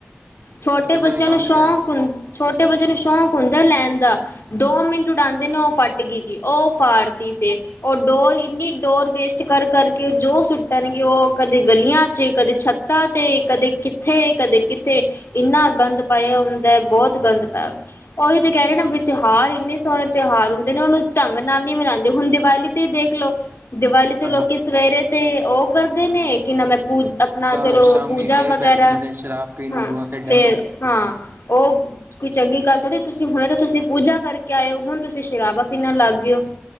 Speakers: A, on the left; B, on the right.
A: ਛੋਟੇ
B: ਜਿਹੜੀ ਤੁਹਾਡੇ
A: ਬੱਚਿਆਂ
B: ਕੰਮ
A: ਨੂੰ ਸ਼ੌਕ
B: ਵੀ ਆਏ।
A: ਹੁੰ ਛੋਟੇ ਬੱਚੇ ਨੂੰ ਸ਼ੌਕ ਹੁੰਦਾ ਲੈਣ ਦਾ ਦੋ ਮਿੰਟ ਉਡਾਂਦੇ ਨੇ ਉਹ ਫੱਟ ਗੀ ਜੀ, ਉਹ ਫਾਰਤੀ ਫੇਰ। ਔਰ ਡੋਰ ਇੰਨੀ ਡੋਰ ਵੇਸਟ ਕਰ ਕਰਕੇ ਜੋ ਸੁੱਟਣਗੇ ਉਹ ਕਦੇ ਗਲੀਆਂ ਚ ਕਦੇ ਛੱਤ ਤੇ ਕਦੇ ਕਿੱਥੇ, ਕਦੇ ਕਿਤੇ ਇਨਾਂ ਗੰਦ ਪਾਇਆ ਹੁੰਦਾ। ਬਹੁਤ ਗੰਦ ਪਾਇਆ, ਉਹ
B: ਹੂੰ।
A: ਤੇ ਕਹਿ ਰਹੇ ਨਾ ਵੀ ਤਿਉਹਾਰ ਇੰਨੇ ਸੋਹਣੇ ਤਿਉਹਾਰ ਹੁੰਦੇ ਨੇ ਉਹਨੂੰ ਢੰਗ ਨਾਲ ਨਹੀਂ ਮਨਾਂਦੇ, ਹੁਣ ਦੀਵਾਲੀ ਤੇ ਹੀ ਦੇਖਲੋ ਦੀਵਾਲੀ ਤੇ
B: ਹਾਂਜੀ।
A: ਲੋਕੀ ਸਵੇਰੇ ਤੇ ਉਹ ਕਰਦੇ ਨੇ ਕਿ ਨਵੇ ਪੂਜਾ ਆਪਣਾ ਚਲੋ
B: ਹਰ ਸ਼ਾਮੀ
A: ਪੂਜਾ
B: ਫੇਰ
A: ਵਗੈਰਾ
B: ਬਹਿ ਜਾਂਦੇ ਨੇ ਸ਼ਰਾਬ ਪੀਣ ਨੂੰ
A: ਹਾਂ
B: ਜੂਆ ਖੇਡਣ
A: ਫਿਰ
B: ਨੂੰ।
A: ਹਾਂ ਉਹ ਕੋਈ ਚੰਗੀ ਗੱਲ ਥੋੜ੍ਹੀ ਤੁਸੀਂ ਹੁਣੇ ਤਾਂ ਤੁਸੀਂ ਪੂਜਾ ਕਰਕੇ ਆਏ ਹੋ, ਹੁਣ ਤੁਸੀਂ ਸ਼ਰਾਬਾ ਪੀਨਣੲ ਲੱਗ ਗਏ ਹੋ।